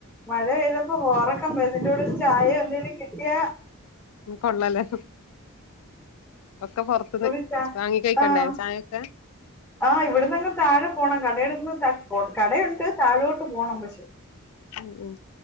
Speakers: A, in the centre; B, on the left.
A: മഴ പെയ്തപ്പോ ക്കം വരും ഇതിന്റെറെ കൂടെ ചായേ എന്തെങ്കിലും കിട്ടിയ
B: കൊള്ളല്ലേ ഒക്കെ പൊറത്ത്ന്ന്
A: ഒരു ചാ
B: വാങ്ങി കഴിക്കണ്ടേ
A: ആഹ്
B: ചായ ക്കെ
A: ആഹ് ഇവിടന്നങ്ങ് താഴെ പോണം കടയിടന്ന് കടയുണ്ട് താഴോട്ട് പോണം പക്ഷെ
B: ഉം ഉം